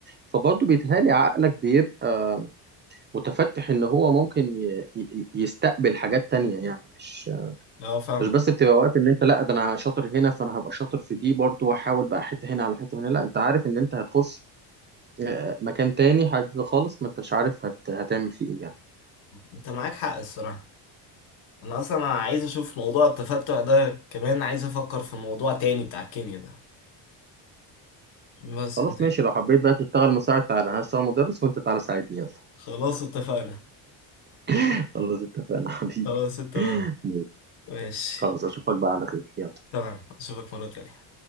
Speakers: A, on the right (about 25°); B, on the left (about 70°).
A: فبرضه بيتهيألي عقلك بيبقى متفتح ان هو ممكن ي- ي- يستقبل حاجات تانية يعني مش
B: اه فاهمك
A: مش بس بتبقى واقف ان انت لا ده انا شاطر هنا فانا هبقى شاطر في دي برضو واحاول بقى حته هنا على حته هنا لا انت عارف ان انت هتخش آه، مكان تاني حاجه جديدة خالص ما انتش عارف هت... هتعمل فيه ايه يعني
B: انت معاك حق الصراحه انا اصلا عايز اشوف موضوع التفتع ده كمان عايز افكر في موضوع تاني بتاع الكيمياء ده بس
A: خلاص
B: انت
A: ماشي لو حبيت بقى تشتغل مساعد تعالى انا هشتغل مدرس وانت تعالى ساعدني يلا
B: خلاص اتفقنا
A: <laughs> خلاص اتفقنا حبيبي
B: خلاص تمام
A: <laughs> ماشي.
B: ماشي
A: خلاص اشوفك بقى على خير يلا
B: تمام اشوفك مرة تانية